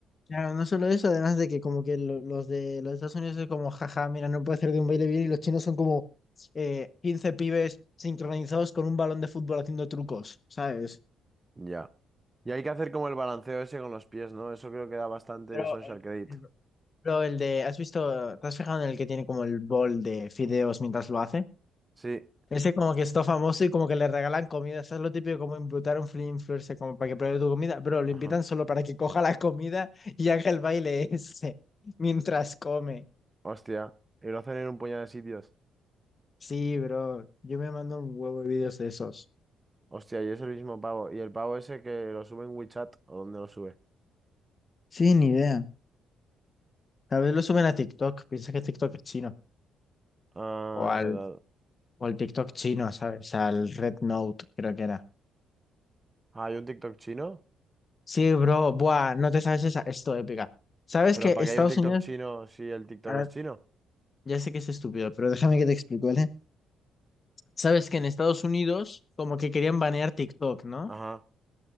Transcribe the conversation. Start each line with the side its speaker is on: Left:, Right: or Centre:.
Left: Claro, no solo eso, además de que como que lo- los de los Estados Unidos es como, jaja, mira, no puede hacer de un baile bien y los chinos son como eh, 15 pibes sincronizados con un balón de fútbol haciendo trucos, ¿sabes?
Right: Ya. Y hay que hacer como el balanceo ese con los pies, ¿no? Eso creo que da bastante
Left: Pero
Right: social
Left: eh,
Right: credit.
Left: el, Pero el de, ¿has visto? ¿Te has fijado en el que tiene como el bol de fideos mientras lo hace?
Right: Sí.
Left: Ese como que está famoso y como que le regalan comida. Eso es lo típico como invitar a un free influencer como para que pruebe tu comida, pero lo
Right: Ajá.
Left: invitan solo para que coja la comida y haga el baile <laughs> ese mientras come.
Right: Hostia. Y lo hacen en un puñado de sitios.
Left: Sí, bro. Yo me mando un huevo de vídeos de esos.
Right: Hostia, y es el mismo pavo. ¿Y el pavo ese que lo sube en WeChat o dónde lo sube?
Left: Sí, ni idea. Tal vez lo suben a TikTok. Piensa que TikTok es chino.
Right: Ah,
Left: O al,
Right: es verdad.
Left: o al TikTok chino, ¿sabes? Al Red Note, creo que era.
Right: Ah, ¿Hay un TikTok chino?
Left: Sí, bro, buah, no te sabes esa, esto épica. Sabes
Right: ¿Pero
Left: que
Right: para
Left: Estados
Right: qué hay un TikTok
Left: Unidos,
Right: chino si el TikTok
Left: ahora,
Right: es chino?
Left: ya sé que es estúpido, pero déjame que te explico, ¿vale? Sabes que en Estados Unidos como que querían banear TikTok, ¿no?
Right: Ajá,